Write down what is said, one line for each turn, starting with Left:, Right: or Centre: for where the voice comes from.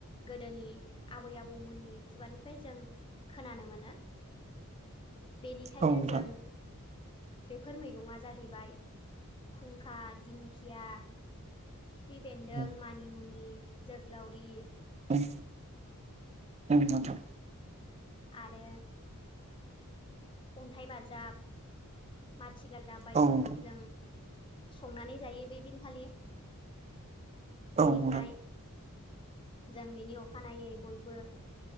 Left: गोदोनि आबै आबौमोननि खुगानिफ्राय जों खोनानो मोनो। बेनिखायनो
Right: औ नोंथां
Left: जों बेफोर मैगङा जाहैबाय खुंखा दिंखिया खिफि बेन्दों,
Right: उम
Left: मानिमुनि, जोग्लावरि
Right: उम उम नोंथां
Left: आरो अन्थाइ बाजाब माथि गालदाब बायदिखौ
Right: औ नोंथां
Left: जों संनानै जायो बे दिनखालि। बेनिफ्राय
Right: औ नोंथां
Left: जों बेनि अखानायै बयबो